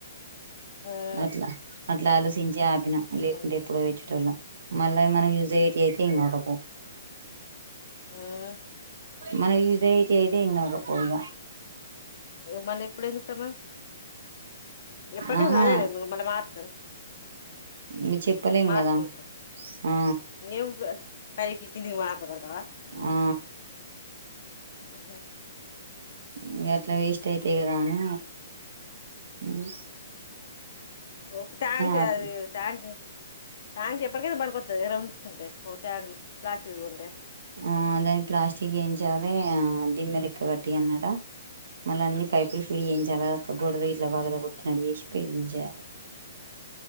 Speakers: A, on the left; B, on the right.
A: ఉమ్
B: అట్లా అట్లా ఆలోచించే ఆపినం లేకుంటే
A: ఉమ్,
B: ఎప్పుడో పెట్టే టోల్లం మళ్ళ మనం యూజ్ అయ్య ఏం
A: ఉమ్,
B: గాకపో
A: ఉమ్.
B: మనకి యూజ్ అయ్యేటివి అయితే ఏం కాకపోవు ఇంకా
A: మళ్ళీ ఇప్పుడు ఏ చూస్తామా ఇప్పటికైనా
B: ఆహా
A: అదేలే మళ్ళీ మాట్లాడతారే
B: ఇంగ చెప్పలేం
A: మార్చుకుంట
B: కదా ఆ
A: ఇంకేం పైకి కిందికి మారతాది అంటావా
B: ఆ
A: ఉ ఉన్నన్
B: ఇక అట్లా వేస్ట్ అయితయి కదా అనీ ఉమ్
A: ఒక ట్యాంక్
B: ఆపి
A: అది ట్యాంక్ ట్యాంక్ ఎప్పటికైనా పనికొత్తది కదరా ఉంచుకుంటే ట్యాంక్ ప్లాస్టిక్ ఉంటే
B: ఉమ్ దాని ప్లాస్టింగ్ వేయించాలి ఆ దిమ్మలు ఎక్కగట్టి అన్నాట మళ్ళీ అన్ని పైపులు ఫిట్ చేయించాలా కదక్క గోడ వికి ఇట్ల పగలకొట్టి వేసి పెయింట్ చేయాలి